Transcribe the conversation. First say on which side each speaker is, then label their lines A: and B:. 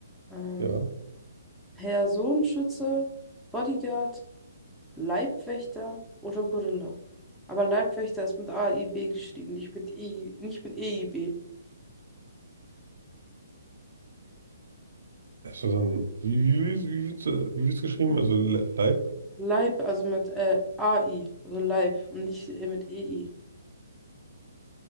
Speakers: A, in the centre; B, on the right.
A: Ähm,
B: Ja.
A: Personenschützer, Bodyguard, Leibwächter oder Gorilla. Aber Leibwächter ist mit A I B geschrieben, nicht mit EI, nicht mit EIB.
B: Also dann, wie, wie, wie, wie wird's, äh, wie wird's geschrieben? Also Le- Leib?
A: Leib, also mit äh, A I, also Leib und nicht äh, mit EI.